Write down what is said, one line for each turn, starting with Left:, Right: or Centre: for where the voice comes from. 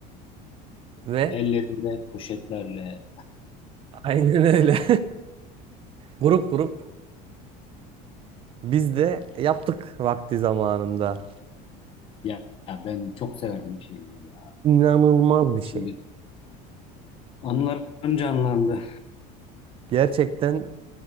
Right: Ve
Left: Ellerinde poşetlerle.
Right: aynen öyle. <laughs> Grup grup biz de yaptık vakti zamanında.
Left: Ya, ya ben çok severdim şiirliği ya.
Right: İnanılmaz bir şey.
Left: Şimdi anılarım canlandı.
Right: Gerçekten